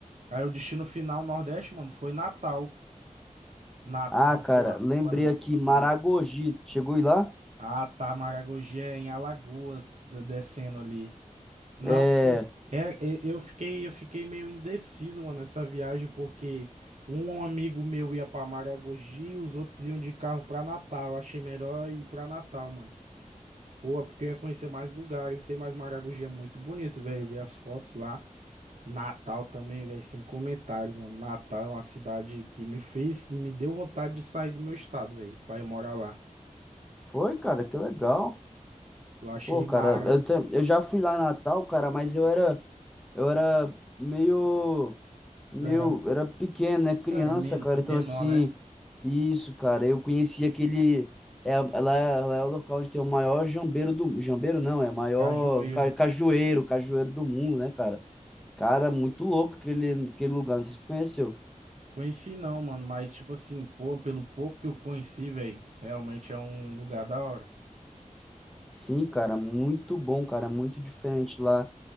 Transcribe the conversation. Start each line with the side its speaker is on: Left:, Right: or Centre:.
Right: Aí o destino final Nordeste, mano, foi Natal. Natal,
Centre: Ah, cara,
Right: pô,
Centre: lembrei
Right: pô. n-
Centre: aqui, Maragogi.
Right: n-
Centre: Chegou aí lá?
Right: Ah, tá, Maragogi é em Alagoas, de- descendo ali. Não,
Centre: É.
Right: é, é, eu fiquei, eu fiquei meio indeciso, mano, nessa viagem, porque um amigo meu ia pra Maragogi, os outros iam de carro pra Natal. Eu achei melhor ir pra Natal, mano. Pô, é porque eu ia conhecer mais lugares, tem mais Maragogi, é muito bonito, velho. Eu vi as fotos lá. Natal também, velho, sem comentários, mano. Natal é uma cidade que me fez, me deu vontade de sair do meu estado, velho, pra ir morar lá.
Centre: Foi, cara, que legal.
Right: Eu achei
Centre: Pô, cara,
Right: mara.
Centre: eu, tam- eu já fui lá em Natal, cara, mas eu era, eu era meio Meu,
Right: Eu era,
Centre: era pequeno, né? Criança,
Right: eu era men-
Centre: cara.
Right: menor,
Centre: Então, assim,
Right: né?
Centre: isso, cara. Eu conheci aquele. É, ela, é lá é o local onde tem o maior jambeiro do. Jambeiro não, é o maior
Right: Cajueiro.
Centre: ca, cajueiro, cajueiro do mundo, né, cara? Cara, muito louco aquele, aquele lugar. Não sei se tu conheceu.
Right: Conheci não, mano, mas tipo assim, pô, pelo pouco que eu conheci, velho, realmente é um lugar da hora.
Centre: Sim, cara, muito bom, cara. Muito diferente lá.